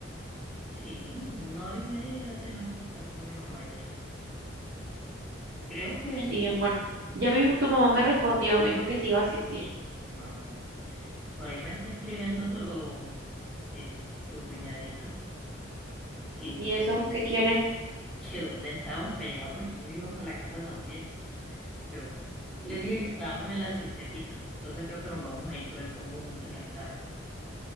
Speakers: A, in the centre; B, on the right.
A: Sí, en una hora y media ya tenemos que estar con mi mamá ya. Creo que
B: Sí, amor. Ya mismo tu mamá me respondió, me dijo que sí iba a asistir.
A: Ah, bueno. Por ahí me está escribiendo eh, tu cuñadita que,
B: ¿Y eso? ¿Qué quieren?
A: <laughs> que dónde estábamos para llegar porque ellos iban para la casa también. Yo les
B: Mm,
A: dije que estábamos en la sintética, entonces creo que nos vamos ahí todo el combo junto en el carro,